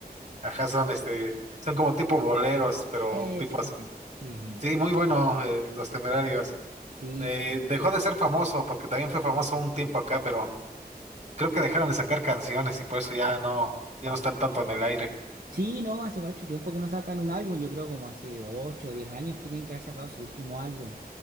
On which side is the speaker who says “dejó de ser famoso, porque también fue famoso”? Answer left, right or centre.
Right